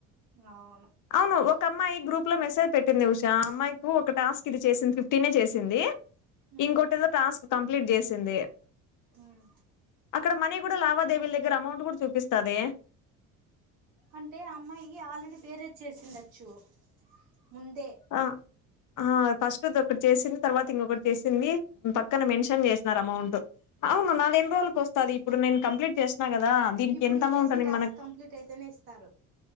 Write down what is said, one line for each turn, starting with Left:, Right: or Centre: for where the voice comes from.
Right: అవును
Left: అవును ఒక అమ్మాయి గ్రూప్ లో మెసేజ్ పెట్టింది. ఉషా ఆ అమ్మాయికి ఒక
Right: ఉమ్
Left: టాస్క్ ఇది ఇచ్ చేసింది ఫిఫ్టీన్ చేసింది
Right: ఉమ్
Left: ఇంకొటిదో టాస్క్ కంప్లీట్ చేసింది
Right: ఉమ్
Left: అక్కడ మనీ కూడా లావాదేవీల దగ్గర అమౌంట్ కూడా చూపిస్తాది
Right: అంటే ఆ అమ్మాయి ఆల్రెడీ వేరేది చేసిండొచ్చు ముందే
Left: ఆ ఆ ఫస్ట్ది ఒకటి చేసింది తర్వాత ఇంకొకటి చేసింది పక్కన మెన్షన్ చేసినరూ అమౌంట్ అవును నాదే ఎన్ని రోజుల వస్తస్తుది ఇప్పుడు నేను కంప్లిట్ చేస్తను కదా దీనికి
Right: ఇప్పుడు
Left: ఎంత
Right: నువ్వు
Left: అమౌట్అనీ
Right: చేసిన టాస్క్
Left: మనక్
Right: కంప్లీట్ అయితేనే ఇస్తారు